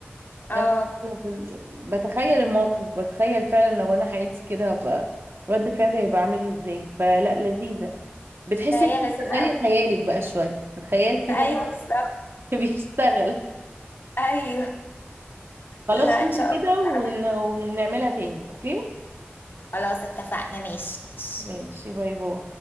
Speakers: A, on the left; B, on the right.
A: اه
B: انا لو في ال- بتخيل الموقف بتخيل فعلا لو انا حياتي كده هبقى رد فعلي هيبقى عامل ازاي فلا لذيذة بتحسي
A: هي
B: انت
A: لذيذة
B: بتشغلي
A: قوي كده
B: خيالك بقى شوية الخيال كده
A: ايوه بالظبط
B: <laughs> بيشتغل
A: ايوه
B: خلاص
A: لا
B: شوفي
A: ان شاء الله
B: كده ون...
A: نلعبها
B: ونعملها تاني اوكي
A: خلاص اتفقنا ماشي
B: ماشي باي باي